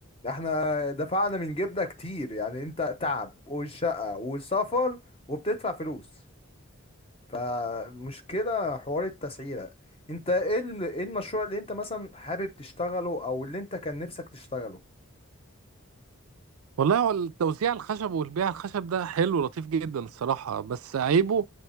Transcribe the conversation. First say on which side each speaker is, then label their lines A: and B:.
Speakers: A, on the left; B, on the right.
A: احنا دفعنا من جيبنا كتير يعني انت تعب والشقة والسفر وبتدفع فلوس فمشكلة حوار التسعيرة انت ايه ال- ايه المشروع اللي انت مثلا حابب تشتغله او اللي انت كان نفسك تشتغله
B: والله هو التوزيع الخشب والبيع الخشب ده حلو لطيف جدا الصراحه بس عيبه